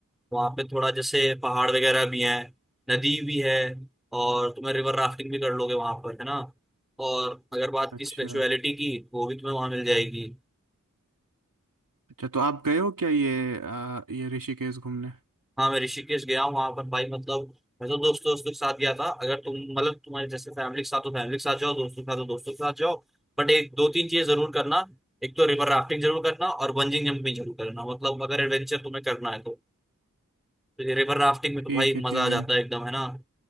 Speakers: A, in the centre; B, on the right.
A: वहाँ पे थोड़ा जैसे पहाड़ वगैरह भी है नदी भी है और तुम्हें रिवर राफ्टिंग भी कर लोगे वहाँ पर है ना और अगर बात
B: अच्छा
A: की स्पिरिचुअलिटी की वो भी तुम्हें वहाँ मिल जाएगी
B: अच्छा तो आप गए हो क्या ये आ, ये ऋषिकेश घूमने
A: हाँ मैं ऋषिकेश गया हूँ वहां पर भाई मतलब मैं तो दोस्तों दोस्तों के साथ गया था अगर तुम मतलब तुम्हारे जैसे फैमिली के साथ तो फैमिली के साथ जाओ दोस्तों के साथ तो दोस्तों के साथ जाओ बट एक दो तीन चीजें जरूर करना एक तो रिवर राफ्टिंग जरूर करना और बंजिंग जंपिंग जरूर करना मतलब अगर एडवेंचर तुम्हें करना है तो, तो ये रिवर राफ्टिंग में
B: ठीक
A: तो भाई
B: है ठीक
A: मजा आ
B: है
A: जाता है एकदम है ना